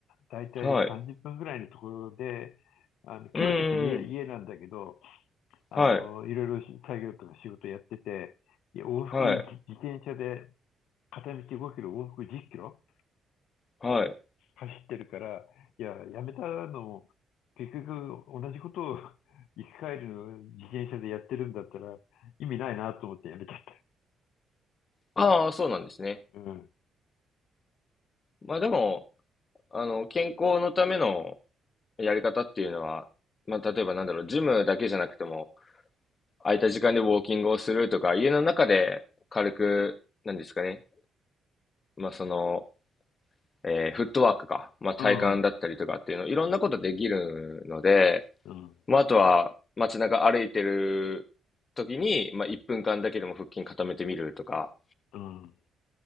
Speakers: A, on the left; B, on the left.
A: だいたい30分ぐらいのところで、
B: はい。
A: あの、今日はちょっと家、
B: うんうんうん。
A: 家なんだけど、あの、
B: はい。
A: いろいろし作業とか仕事やってて、いや往復自自転車で
B: はい。
A: 片道5キロ、往復10キロ
B: はい。
A: 走ってるから、いや、やめたのも、結局同じことを <laughs> 行き帰りの自転車でやってるんだったら意味ないなと思ってやめちゃっ
B: ああ、そうなんですね。
A: た。うん。
B: まあでも、あの、健康のためのやり方っていうのは、まあ例えばなんだろう、ジムだけじゃなくても、空いた時間でウォーキングをするとか、家の中で軽く、なんですかね。まあその、えーフットワークか、まあ、体幹だったりとかっていうの、
A: うん。
B: いろんなことできるので、
A: うん。
B: まあ、あとは街中歩いてる時に、まあ、1分間だけでも腹筋固めてみるとか、
A: うん。